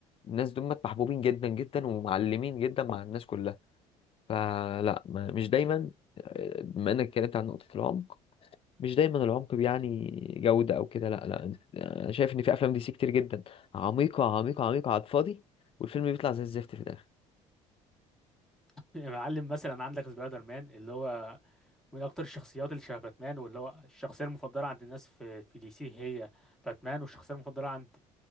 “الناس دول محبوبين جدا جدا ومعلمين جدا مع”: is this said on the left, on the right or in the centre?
Left